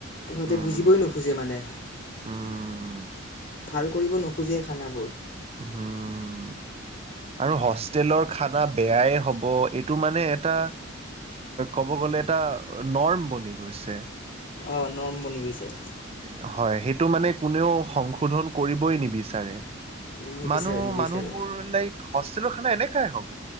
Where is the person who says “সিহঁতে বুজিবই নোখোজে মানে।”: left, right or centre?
Left